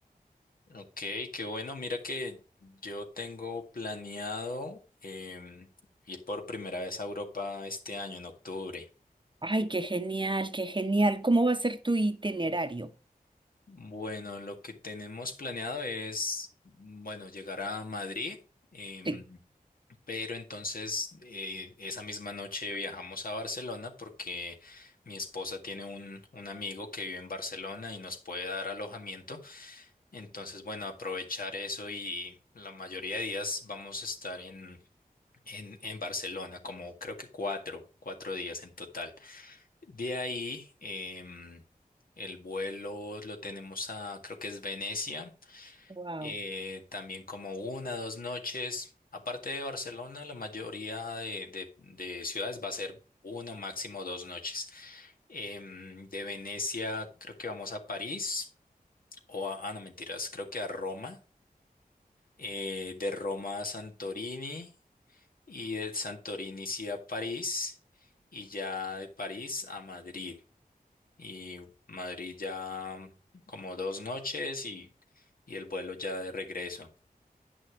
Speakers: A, on the left; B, on the right.
A: Ok, qué bueno. Mira que yo tengo planeado em, ir por primera vez a Europa este año, en octubre.
B: Ay, qué genial, qué genial. ¿Cómo va a ser tu itinerario?
A: Bueno, lo que tenemos planeado es, bueno, llegar a Madrid. em,
B: Sí.
A: Pero entonces eh, esa misma noche viajamos a Barcelona porque mi esposa tiene un, un amigo que vive en Barcelona y nos puede dar alojamiento. Entonces, bueno, aprovechar eso y la mayoría de días vamos a estar en, en, en Barcelona, como creo que cuatro, cuatro días en total. De ahí, em, el vuelo lo tenemos a, creo que es Venecia
B: Wow.
A: eh, también como una, dos noches. Aparte de Barcelona, la mayoría de, de- de ciudades va a ser una, o máximo dos noches. Em, de Venecia, creo que vamos a París, o a, ah, no, mentiras, creo que a Roma. Eh, de Roma a Santorini, y de Santorini sí a París, y ya de París a Madrid. Y Madrid ya como dos noches y, y el vuelo ya de regreso.